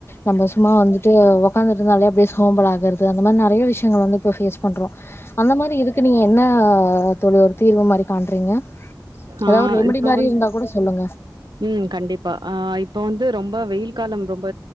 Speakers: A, on the left (about 35°); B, on the right (about 80°).
A: நம்ப சும்மா வந்து உக்காந்துட்ருந்தாலே அப்படியே சோம்பல் ஆகுறது அந்த மாரி நெறய விஷயங்கள் வந்து ஃபேஸ் பண்றோ அந்த மாரி இதுக்கு நீங்க என்ன தோழி ஒரு தீர்வு மாரி காண்றீங்க
B: ஆ
A: ஏதாவது ரெமடி
B: இப்ப
A: மாரி
B: வந்து
A: இருந்தா கூட சொல்லுங்க
B: ம் கண்டிப்பா அ இப்ப வந் து ரொம்ப வெயில் காலம் ரொம்ப